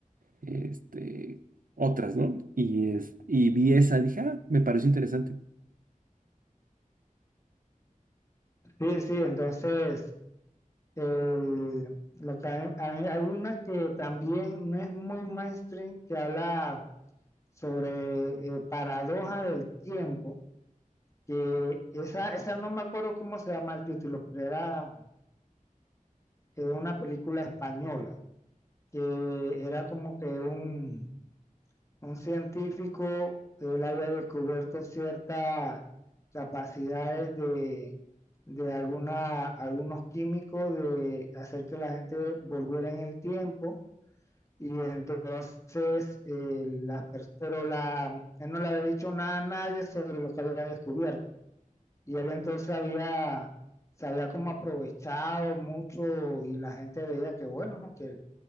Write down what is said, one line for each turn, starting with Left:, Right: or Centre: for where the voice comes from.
Right: este, otras, ¿no? Y, es, y vi esa, dije, ah, me pareció interesante.
Left: Sí, sí, entonces el- lo que hay, hay- hay una que también no es muy mainstream que habla sobre eh, paradoja del tiempo que esa, esa no me acuerdo cómo se llama el título, pero era eh, una película española, que era como que un, un científico, él había descubierto ciertas capacidades de, de alguna, algunos químicos de hacer que la gente volviera en el tiempo. Y entonces, eh, las pers- pero la, él no le había dicho nada a nadie sobre lo que había descubierto. Y él entonces había, se había como aprovechado mucho y la gente veía que bueno, que